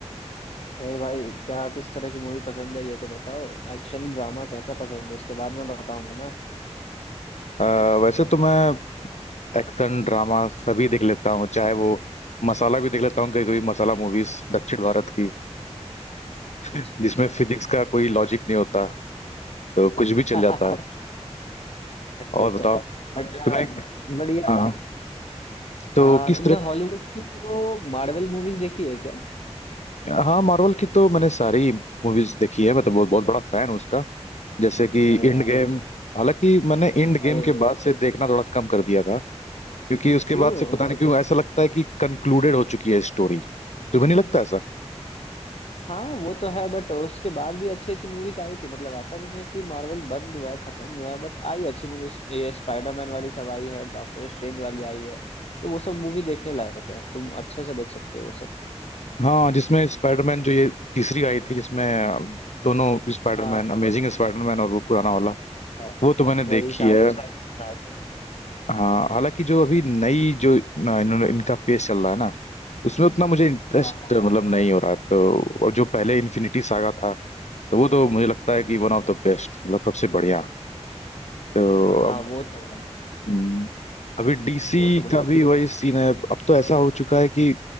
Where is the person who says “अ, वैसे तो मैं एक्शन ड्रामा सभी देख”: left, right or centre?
Left